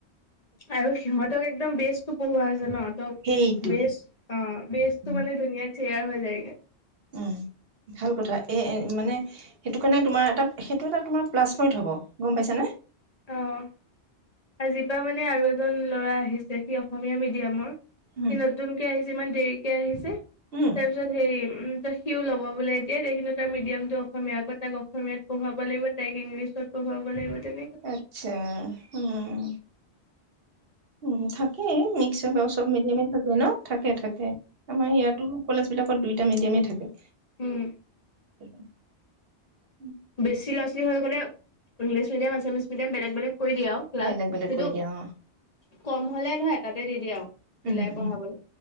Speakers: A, on the left (about 40°); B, on the right (about 60°).
A: আৰু সিহঁতক একদম বেচটো পঢ়োৱা জান ত
B: সেইটো
A: বেছ অ বেছটো
B: উম,
A: মানে ধুনীয়া ক্লেয়াৰ হৈ যায়গে
B: উম, ভাল কথা এ মানে সেইটো কাৰণে তোমাৰ এটা সেইটো এটা তোমাৰ প্লাছ পইণ্ট হব গম পাইছানে।
A: অ' আজিপা মানে আৰু এজন ল'ৰা আহিছে সি অসমীয়া মিডিয়ামৰ,
B: হুম
A: সি নতুনকে আহিছে ইমান দেৰিকে আহিছে
B: হুম
A: তাৰপিছত হেৰি উম, ত সিও ল'ব বোলে এতিয়াই তাই কিন্তু তাৰ মিডিয়াম টো অসমীয়া আকৌ তাইক অসমীয়াত পঢ়াব লাগিব তাইক ইংলিছত। তাত পঢ়োৱাব লাগিব তেন
B: আচ্ছা উম, উম, থাকেই মিক্সৰ বা চব মিডিয়ামে থাকে ন থাকে-থাকে। আমাৰ ইয়াতো কলেজ বিলাকত দুইটা মিডিয়ামেই থাকে
A: উম
B: <unintelligible>
A: বেছি ল'ৰা ছোৱালী হৈ গ'লে ইংলিছ মিডিয়াম আছামিছ মিডিয়াম বেলেগ বেলেগ কৰি দিয়ে আৰু ক্লাছ
B: বেলেগ বেলেগ
A: কিন্তু
B: কৰি দিয়া অ
A: কম হ'লে নহয় এটাতে দি দিয়ে আৰু। মিলাই
B: উম
A: পঢ়াবলৈ
B: উম